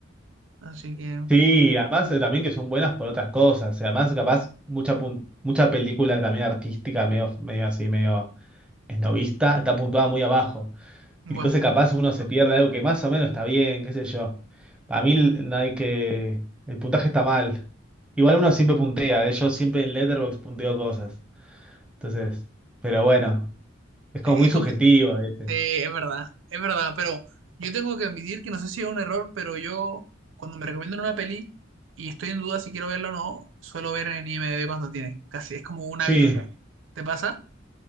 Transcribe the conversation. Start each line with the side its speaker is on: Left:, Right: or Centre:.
Right: Así que, un
Centre: Sí, además eh, también que son buenas por otras cosas. Además, capaz, mucha, pun- mucha película también artística, medio, medio así, medio esnovista, está puntuada muy abajo.
Right: buen
Centre: Y cosas
Right: punto.
Centre: capaz uno se pierde algo que más o menos está bien, qué sé yo. Para mí l- no hay que... El puntaje está mal. Igual uno siempre puntea, eh, Yo siempre en Letterboxd punteo cosas. Entonces, pero bueno, es como
Right: Es,
Centre: muy subjetivo
Right: complicado
Centre: a veces.
Right: Sí, es verdad, es verdad, pero yo tengo que admitir que no sé si es un error, pero yo cuando me recomiendan una peli y estoy en duda si quiero verla o no, suelo ver en IMDb cuando tiene, casi es como un
Centre: Sí,
Right: hábito ya. ¿Te pasa?